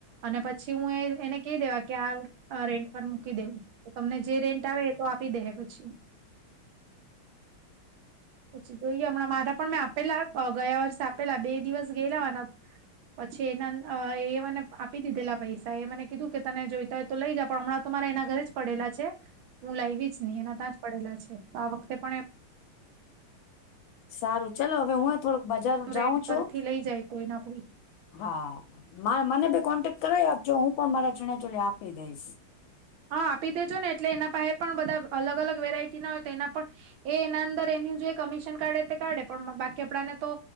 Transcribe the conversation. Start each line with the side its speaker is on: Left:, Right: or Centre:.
Right: અને પછી હું એ એને કહી દેવા કે આ, રેન્ટ પર મૂકી દેવું તો તમને જે રેન્ટ આવે એ તો, આપી દે હે પછી, પછી, જોઈએ હમણાં મારા પણ મેં આપેલા ગયા વર્ષે આપેલા બે દિવસ ગયેલા માર પછી એના એ મને આપી દીધેલા પૈસા એ મને કીધું કે તને જોઈતા હોય, તો લઈ જા પણ હમણાં તો મારા એના ઘરે જ પડેલા છે હું લાઇવી જ નહી એના તં, પડેલા છે તો આ વખતે પણ એમ,
Left: સારું ચલો હવે હું થોડુંક બજાર
Right: એ
Left: જાઉં
Right: રેન્ટ
Left: છું.
Right: પરથી લઈ જાય કોઈ ના કોઈ
Left: હા મને ભી કોન્ટેક્ટ કરાઇ આપજો હું પણ મારા ચણિયા ચોણી આપી દઈશ.
Right: હા આપી દેજો ને એટલે એના પાસે પણ બધા અલગ અલગ વેરાયટી ના હોય તો એના પણ, એ એના અંદર એની જે કમિશન કાઢે તે કાઢે પણ બાકી આપણાને તો,